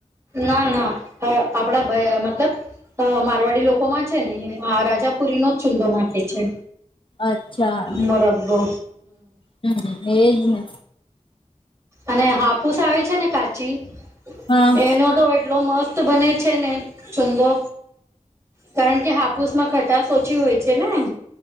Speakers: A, on the right; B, on the left.
A: ના ના આપડા મતલબ મારવાડી લોકોમાં છે ને રાજાપુરી નો જ ચુંદો નાખ છે.
B: અચ્છા
A: મ રાખબો.
B: હમ એ જ ને.
A: અને હાપુસ આવે છે ને કાચી.
B: હા
A: એનો તો એટલો મસ્ત બને છે ને ચુંંદો. કારણ કે હાપુસમાં ખટશ ઓછી હોય છે ને.